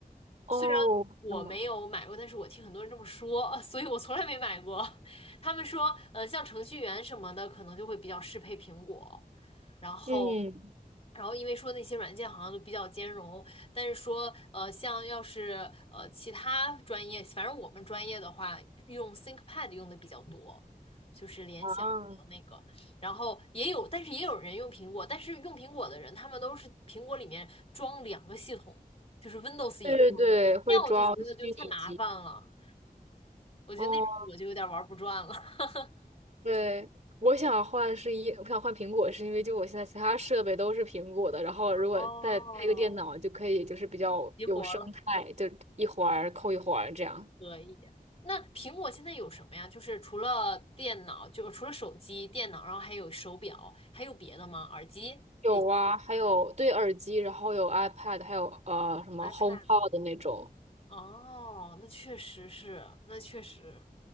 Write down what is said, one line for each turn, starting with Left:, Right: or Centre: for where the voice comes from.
Right: 哦，
Left: 虽然我没有买过，
Right: 是吗？
Left: 但是我听很多人这么说，<laughs> 所以我从来没买过。<laughs> 他们说，呃，像程序员什么的，可能就会比较适配苹果，然后。
Right: 嗯，
Left: 然后因为说那些软件好像都比较兼容，但是说呃，像要是呃其他专业，反正我们专业的话，用 ThinkPad 用的比较多，就是联想的那个。
Right: 啊，
Left: 然后也有，但是也有人用苹果，但是用苹果的人，他们都是苹果里面装两个系统，就是 Windows
Right: 对对对，
Left: 也装。
Right: 会装虚拟机。
Left: 那样我就觉得就太麻烦了，我觉得那种我就有点玩不转了，
Right: 哦，
Left: <laughs>
Right: 对，我想换是因我想换苹果，是因为就我现在其他设备都是苹果的，然后如果再配个电脑，
Left: 哦，
Right: 就可以就是比较有生态，
Left: 急活儿了，
Right: 就一环儿扣一环儿这样。
Left: 可以。那苹果现在有什么呀？就是除了电脑，就是除了手机、电脑，然后还有手表，还有别的吗？耳机这些
Right: 有啊，还有对耳机，然后有 iPad，
Left: 嗯，
Right: 还有呃什么
Left: ，iPad。
Right: HomePod 的那种，
Left: 哦，那确实是，那确实。